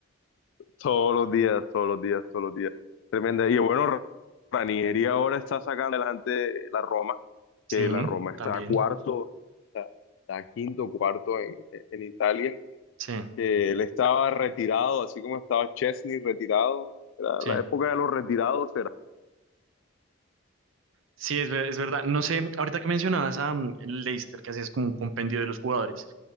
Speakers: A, on the left; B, on the right.
A: todos los días, todos los días, todos los días. Tremenda. Y bueno, Ranieri ahora está sacando adelante la Roma,
B: <laughs> Sí,
A: que la Roma está
B: también.
A: cuarto, está, está quinto, cuarto en, en Italia,
B: Sí,
A: que él estaba retirado, así como estaba Chesney retirado. Era
B: sí.
A: la época de los retirados, era.
B: Sí, es, ver- es verdad. No sé, ahorita que mencionabas a mm, Leicester, que hacías como un compendio de los jugadores.